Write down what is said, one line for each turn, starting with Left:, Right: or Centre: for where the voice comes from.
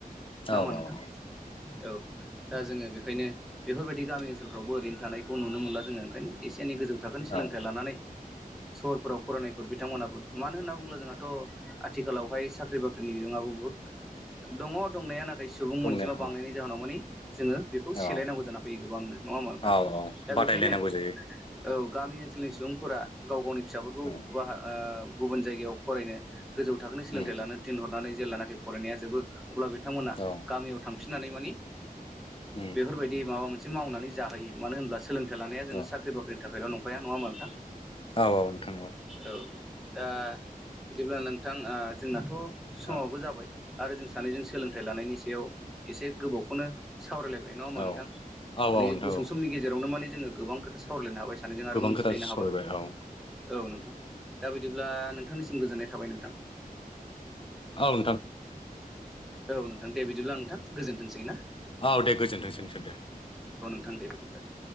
Centre: नङा
Left: औ
Centre: होमबा नोंथां
Left: औ
Centre: औ दा जोङो बेखायनो बेफोरबायदि गामि ओनसोलफ्रावबो ओरैनो थानायखौुनो मोनला जो ओंखायनो एसे एनै गोजौ थाखोनि सोलोंथाइ
Left: औ
Centre: लानानै सहरफोराव फरायनायफोर बिथांमोनाबो मानो होन्ना बुङोला जोंहाथ' आथिखालावहाय साख्रि बाख्रिनि बिबङाब ब दङ दंनाया नाथाय सुबुं
Left: बुंनो
Centre: अनजिमा बांनायनि
Left: औ
Centre: जाहोनाव माने जोङो। सोलायनांगौ
Left: औ
Centre: जाना फैयो गोबांनो नङा होमा नोंथां
Left: औ औ
Centre: दा
Left: बादायलायनांगौ
Centre: बेखायनो
Left: जायो
Centre: औ। गामि ओनसोलनि सुबुंफोरा गाव गावनि फिसाफोरखौ
Left: औ
Centre: ब गुबुन जायगायाव फरायनो गोजौ थाखोनि सोलोंथाइ
Left: उम
Centre: लानो थिन हरनानै जेलब्लानाखि फरायनाया जोबो अब्ला बिथांमोना
Left: औ
Centre: गामियाव थां फिनानै माने
Left: उम
Centre: बेफोरबायदि माबा मोनसे मावनानै जाहोयो मानो होनोबब्ला सोलोंथाइ लानाया जोङो
Left: औ
Centre: साख्रि बाख्रिनि थाखायल' नं गाया नंङा होमबा नोंथां?
Left: औ औ नोंथां नंगौ
Centre: औ दा बिदिब्ला नोंथां ओ जोंनाथ'
Left: औ
Centre: समावावबो जाबाय आरो जों सानैजों सोलोंथाइ लानायनि सायाव एसे गोबावखौनो सावरायलायबाय नङा होमा
Left: औ
Centre: नोंथां
Left: औ
Centre: माने
Left: नोंथां
Centre: गुसुं
Left: औ
Centre: समनि गेजेरावनो माने। जोङो गोबां खोथा सावरायलायनो हाबाय सानैजों
Left: गोबां
Centre: आरो मोनथिलायनो
Left: खोथा सावरायबाय
Centre: हाबाय
Left: औ
Centre: औ नोंथां। दा बिदिब्ला नोंथांनिसिम गोजोननाय थाबाय नोंथां।
Left: औ नोंथां
Centre: औ नोंथां दे बिदिब्ला आ नोंथां गोजोन्थोंसै ना।
Left: औ दे गोजोन्थोंसोंसै दे
Centre: ओंदो बिदिब्लादे